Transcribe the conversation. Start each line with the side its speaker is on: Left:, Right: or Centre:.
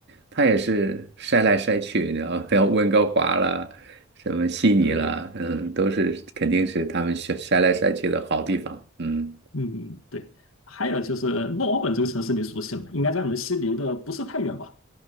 Right: 他也是筛来筛去，你知道吗，<laughs> 像温哥华了，什么悉尼了，
Left: 对，
Right: 嗯，都是肯定是他们选筛来筛去的好地方。嗯。
Left: 嗯，对。还有就是墨尔本这个城市你熟悉吗？应该在你们悉尼的不是太远吧？